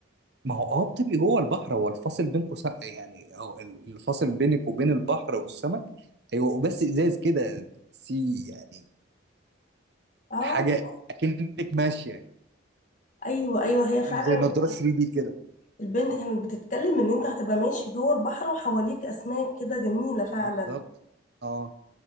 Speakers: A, on the right (about 55°); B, on the left (about 40°).
A: ما هو اه بتبقي جوه البحر هو الفاصل بينكم سق يعني او الفاصل بينك وبين البحر والسمك هيبقوا بس ازاز كده سي يعني
B: اه
A: حاجه اكنك ماشيه
B: ايوه ايوه هي فعلا
A: زي نضاره 3 دي كده
B: البنت كانت بتتكلم ان انت هتبقى ماشي جوه البحر وحواليك اسماك كده جميله فعلا
A: بالظبط اه